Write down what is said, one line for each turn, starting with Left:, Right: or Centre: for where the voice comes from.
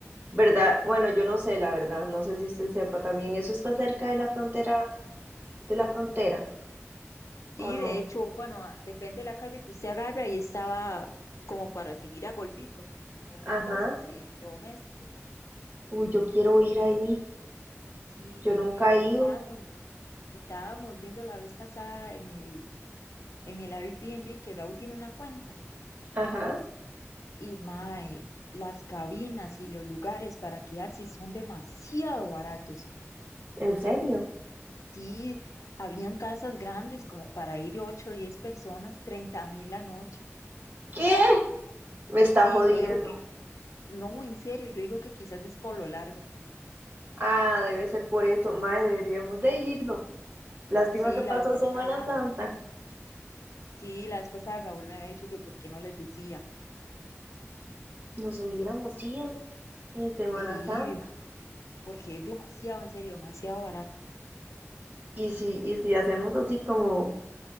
Right: ¿Verdad? Bueno, yo no sé, la verdad. No sé si usted sepa también. Eso está cerca de la frontera de la frontera,
Left: Sí,
Right: ¿o no?
Left: de hecho, bueno, a- depende de la calle que usted agarre, ahí estaba como para seguir a Golfito, donde venden
Right: Ajá.
Left: cosas y electrodomésticos.
Right: Uy, yo quiero ir ahí.
Left: Sí,
Right: Yo nunca
Left: y vieras
Right: he ido.
Left: que estábamos Estábamos viendo la vez pasada en el, en el Airbnb que Raúl tiene una cuenta.
Right: Ajá.
Left: Y mae, las cabinas y los lugares para quedarse son demasiado baratos.
Right: ¿En serio?
Left: Sí, habían casas grandes como para ir 8 o 10 personas, treinta mil la noche.
Right: ¿Qué? Me está
Left: Sí,
Right: jodiendo.
Left: yo digo que, no, en serio, yo digo que quizás es por lo largo.
Right: Ah, debe ser por eso. Mae, deberíamos de irnos. Lástima
Left: Sí,
Right: que pasó
Left: la vez pasada,
Right: Semana Santa.
Left: sí, la vez pasada Raúl me había dicho que por qué no les decía
Right: Nos hubiéramos ido en Semana
Left: y
Right: Santa.
Left: ir, porque es demasiado, en serio, demasiado barato
Right: Y si, y si hacemos así como,